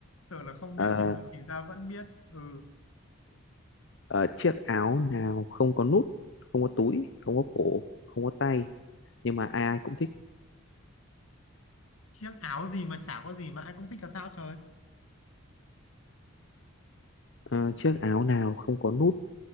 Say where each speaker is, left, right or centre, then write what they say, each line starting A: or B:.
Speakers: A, on the left (about 85°); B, on the left (about 60°).
A: tưởng là không
B: Ờ,
A: biết nhưng mà thì ra vẫn biết ừ
B: ờ, chiếc áo nào không có nút không có túi không có cổ không có tay nhưng mà ai ai cũng thích
A: chiếc áo gì mà chả có gì mà ai cũng thích là sao trời
B: Ờ, chiếc áo nào không có nút,